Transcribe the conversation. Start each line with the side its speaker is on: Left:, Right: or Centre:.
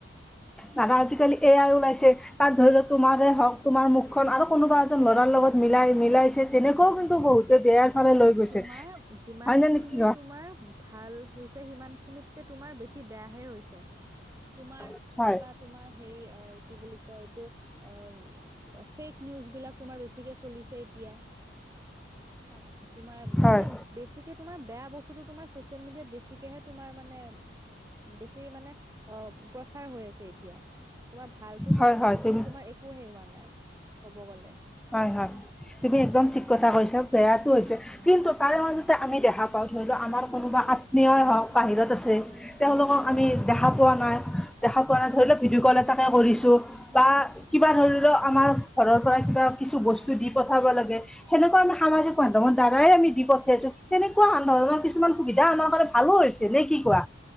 Centre: দাদা আজিকালি এয়াই ওলাইছে তাত ধৰি লওক তোমাৰে হওক তোমাৰ মুখখন আৰু কোনোবা এজন লৰাৰ লগত মিলাই মিলাইছে তেনেকুৱাও কিন্তু বহুতে বেয়াৰ ফালে লৈ গৈছে
Right: তোমাৰ যিমানখিনি
Centre: হয় নে নে কি
Right: তোমাৰ ভাল হৈছে সিমান খিনিতকে তোমাৰ বেছি বেয়া হে হৈছে। তোমাৰ
Centre: হয়
Right: চাবা তোমাৰ হেৰি অ কি বুলি কয় এইটো অ ফেক নিউজ বিলাক তোমাৰ বেছিকে চলিছে এতিয়া।
Centre: <inaudible>
Right: তোমাৰ
Centre: হয়
Right: মানে বেছিকে তোমাৰ বেয়া বস্ টো তোমাৰ চছিয়েল মেডিয়াত বেছিকেহে তোমাৰ মানে বেছি মানে অ প্ৰচাৰ হৈ আছে এতিয়া, তোমাৰ ভালতো
Centre: হয়
Right: তোমাৰ
Centre: হয়
Right: ভাল
Centre: তুমি
Right: দিশ তোমাৰ একো হে হোৱা নাই। ক'ব গ'লে।
Centre: হয়-হয় তুমি একদম ঠিক কথা কৈছা বেয়াটো হৈছে কিন্তু তাৰে মাজতে আমি দেখা পাওঁ ধৰি লও আমাৰ কোনোবা আত্মীয়ই হওক বাহিৰত আছে তেওঁলোকক
Right: অ',
Centre: আমি দেখা পোৱা নাই। দেখা পোৱা নাই ধৰি লও ভিডিঅ' কল এটাকে কৰিছো বা কিবা ধৰি লও আমাৰ ঘৰৰ পৰা কিবা কিছু বস্তু দি পঠাব লাগে সেনেকুৱা আমি সাজিক মাধ্যমৰ দ্বাৰাই আমি দি পঠিয়াইছো সেনেকুৱাহ ধৰণৰ কিছুমান সুবিধা আমাৰ কাৰনে ভালো হৈছে নে কি কোৱা?